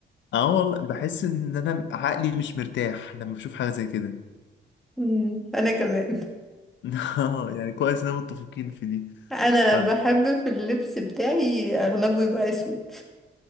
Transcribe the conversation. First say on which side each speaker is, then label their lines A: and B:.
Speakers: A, on the left; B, in the centre.
A: اه والله بحس ان انا عقلي مش مرتاح لما بشوف حاجة زي كده
B: مم. أنا كمان
A: <laughs> اه يعني كويس اننا متفقين في دي
B: انا
A: ف...
B: بحب في اللبس بتاعي اغلبه يبقى اسود